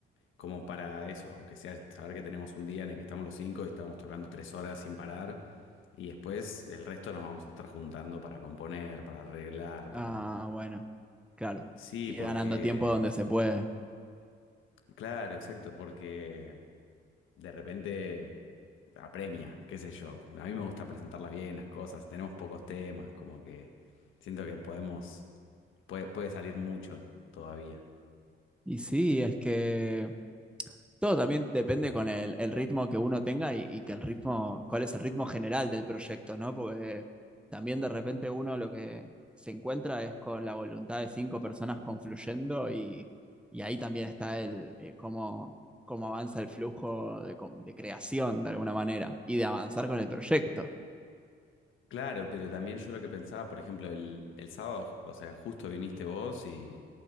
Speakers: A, on the left (about 80°); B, in the centre.
A: como para eso, aunque sea saber que tenemos un día en el que estamos los cinco y estamos tocando tres horas sin parar. Y después el resto nos vamos a estar juntando para componer, para arreglar, para...
B: Ah, bueno, claro.
A: Sí,
B: Ir
A: porque...
B: ganando tiempo donde se puede.
A: Claro, exacto, porque de repente apremia, qué sé yo. A mí me gusta presentarlas bien, las cosas. Tenemos pocos temas, como que siento que podemos... Puede, puede salir mucho todavía.
B: Y sí, es que todo también depende con el, el ritmo que uno tenga y, y que el ritmo, cuál es el ritmo general del proyecto, ¿no? Porque también de repente uno lo que se encuentra es con la voluntad de cinco personas confluyendo y, y ahí también está el, eh, cómo, cómo avanza el flujo de, co- de creación de alguna manera y de avanzar con el proyecto.
A: Claro, pero también yo lo que pensaba, por ejemplo, el, el sábado, ju- o sea, justo viniste vos y,